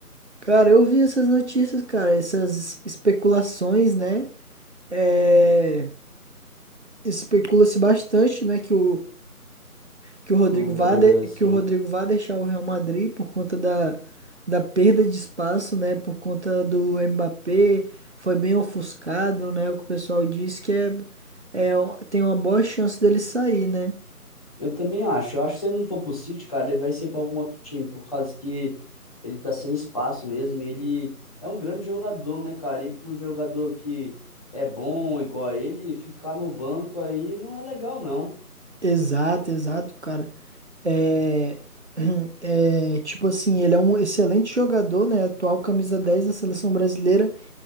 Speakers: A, on the right; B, on the left.
A: Cara, eu vi essas notícias, cara, essas especulações, né? É, especula-se bastante, né, que o, que o Rodrigo
B: Que o
A: vá
B: Rodrigo
A: de-
B: é esse
A: que o
B: aí.
A: Rodrigo vá deixar o Real Madrid por conta da, da perda de espaço, né? Por conta do Mbappé, foi bem ofuscado, né? O que o pessoal diz que é, é tem uma boa chance dele sair, né?
B: Eu também acho. Eu acho que se ele não for pro City, cara, ele vai ser para algum outro time, por causa que ele tá sem espaço mesmo. E ele é um grande jogador, né, cara? E pro jogador que é bom igual a ele, ficar no banco aí não é legal, não.
A: Exato, exato, cara. É, <clears throat> é, tipo assim, ele é um excelente jogador, né? Atual camisa 10 da seleção brasileira.